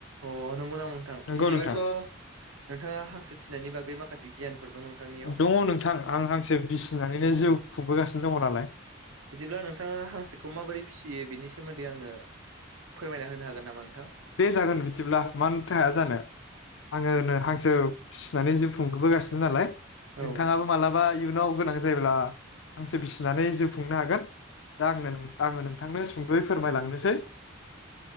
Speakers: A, on the right (about 85°); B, on the left (about 65°).
A: अ नंगौ नामा नोंथां
B: नंगौ
A: इदिबाथ'
B: नोंथां
A: नोंथाङा हांसो फिसिनायनि बागै माखासे गियानफोर दं नोंथांनियाव
B: दङ नोंथां आं हांसो बिसिनानैनो जिउ खुंबोगासिनो दं। दे
A: बिदिब्ला नोंथाङा हांसोखौ माबोरै फिसियो बेनि सोमोन्दै आंनो फोरमायना होनो हागोन नामा नोंथां?
B: जागोन बिदिब्ला मानोथो हाया जानो आङोनो हांसो फिसिनानै जिउ खुंबोगासिनो नालाय नोंथाङाबो
A: औ
B: मालाबा इयुनाव गोनां जायोब्ला हां
A: हांसो
B: सो बिसिनानै
A: फिसिनानै
B: जिब
A: जिउ
B: खुंनो हागोन दा आंनो नों आङो नोंथांनो सुंद'यै फोरमायलांनिसै
A: सोंनोसै